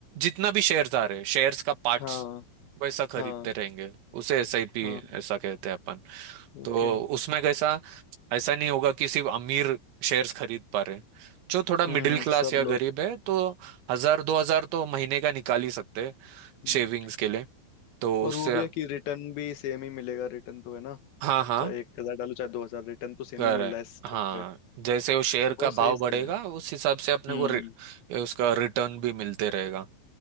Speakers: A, on the right; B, on the left.
A: जितना भी शेयर्स आ रहे हैं शेयर्स का पार्ट्स
B: हाँ
A: वैसा खरीदते
B: हाँ
A: रहेंगे उसे एसआईपी
B: हाँ
A: ऐसा कहते हैं अपन
B: ओके
A: तो उसमें कैसा ऐसा नहीं होगा कि सिर्फ अमीर शेयर्स खरीद पा रहे हैं। जो थोड़ा मिडिल
B: हम्म
A: क्लास
B: सब
A: या
B: लोग
A: गरीब है तो हजार दो हजार तो महीने का निकाल ही सकते हैं
B: हम्म।
A: शेविंग्स के लिए तो
B: और
A: उससे
B: वो भी है कि रिटर्न भी सेम ही मिलेगा रिटर्न तो है ना
A: हाँ हाँ
B: चाहे एक हजार डालो चाहे दो हजार रिटर्न तो सेम
A: कर
B: ही
A: है।
B: मिल रहा है स्टॉक
A: हाँ
B: पे
A: जैसे वो शेयर
B: बहुत
A: का भाव
B: सही स्कीम
A: बढ़ेगा
B: है
A: उस हिसाब से
B: हम्म
A: अपने को रि, उसका रिटर्न भी मिलते रहेगा